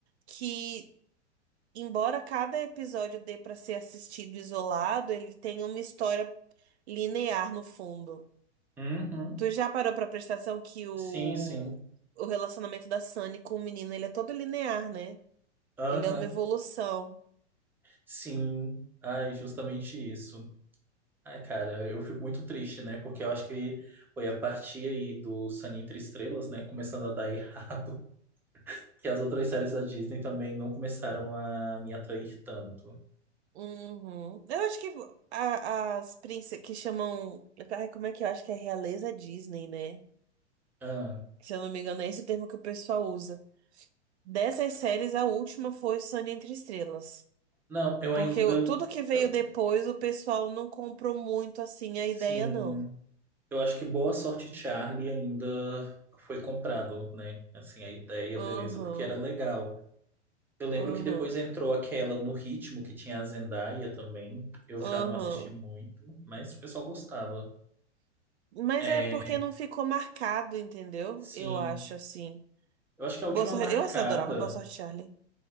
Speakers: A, on the right; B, in the centre.
A: que, embora cada episódio dê pra ser assistido isolado, ele tem uma história linear no fundo.
B: Uhum.
A: Tu já parou pra prestar atenção que o,
B: Sim, sim.
A: o relacionamento da Sunny com o menino, ele é todo linear, né?
B: Aham.
A: Ele é uma evolução.
B: Sim. Ai, justamente isso. Ai, cara, eu fico muito triste, né? Porque eu acho que foi a partir aí do Sunny Entre Estrelas, né? Começando a dar errado. <laughs> Que as outras séries da Disney também não começaram a me atrair tanto.
A: Uhum. Eu acho que a- as princesas que chamam. Ai, como é que eu acho que é realeza Disney, né?
B: Ah.
A: Se eu não me engano, é esse o termo que o pessoal usa. Dessas séries, a última foi Sunny Entre Estrelas.
B: Não, eu
A: Porque
B: ainda.
A: o- tudo que veio
B: eu-
A: depois, o pessoal não comprou muito assim a
B: Sim.
A: ideia, não.
B: Eu acho que Boa Sorte Charlie ainda foi comprado, né? Assim, a ideia,
A: Aham,
B: beleza, porque era legal. Eu lembro
A: aham,
B: que depois entrou aquela no Ritmo, que tinha a Zendaya também. Eu
A: aham.
B: já não assisti muito, mas o pessoal gostava.
A: Mas
B: É,
A: é porque não ficou marcado, entendeu?
B: sim.
A: Eu acho assim.
B: Eu acho que a última
A: Boa sorte.
B: marcada,
A: Eu assim, adorava Boa Sorte, Charlie.